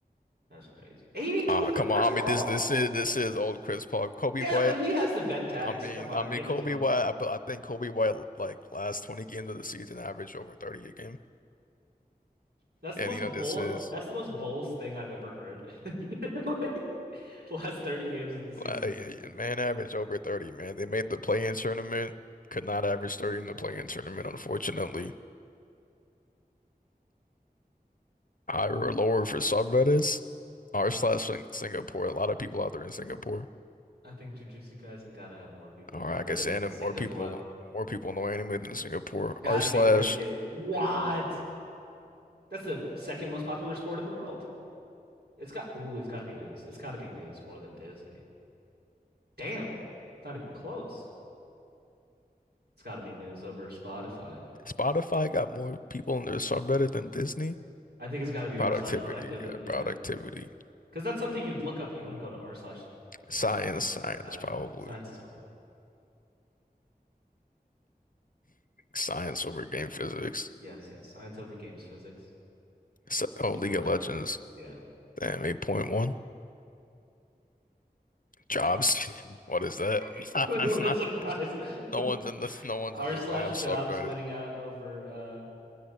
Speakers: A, on the right; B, on the left.
A: That's crazy. 82
B: Ah,
A: for
B: come
A: Chris
B: on. I
A: Paul?
B: mean, this this is this is old Chris Paul. Kobe
A: Yeah,
B: White
A: but he has the vet tax.
B: I mean,
A: Come on,
B: I mean
A: give
B: Kobe
A: it to him.
B: White. I, but I think Kobe White like last 20 games of the season averaged over 30 a game,
A: That's the
B: and
A: most
B: you know this
A: bull
B: is
A: that's the most bulls thing I've ever heard. <laughs> Like, the last 30 games of the season.
B: like, yeah, yeah, man averaged over 30. Man, they made the play-in tournament, could not average 30 in the play-in tournament, unfortunately. Higher or lower for subreddits, r slash Sing- Singapore. A lot of people out there in Singapore.
A: I think Jujutsu Kaisen gotta have more people
B: Or
A: on
B: I
A: Reddit
B: guess anime,
A: than Singapore.
B: more people, more people know anime than Singapore.
A: Gotta
B: R slash
A: be cricket. What? That's the second most popular sport in the world. It's got ooh, it's got to be news. It's got to be news more than Disney. Damn, it's not even close. It's got to be news over Spotify.
B: Spotify got more people in their subreddit than Disney.
A: I think it's got to be
B: Productivity,
A: r slash productivity.
B: yeah,
A: Yeah,
B: productivity.
A: because that's something you'd look up. You wouldn't go to r slash science.
B: Science, science,
A: Yeah,
B: probably.
A: science is cool.
B: Science over game physics.
A: Yes, yes, science over games physics.
B: S- Oh,
A: League
B: League
A: of
B: of
A: Legends.
B: Legends.
A: Yeah.
B: Damn, 8.1. Jobs. <laughs> What is that? <laughs>
A: <laughs> what
B: That's not.
A: a surprise.
B: No one's in the
A: <laughs>
B: no one's
A: R
B: in the
A: slash
B: job
A: jobs
B: subreddit.
A: winning out over uh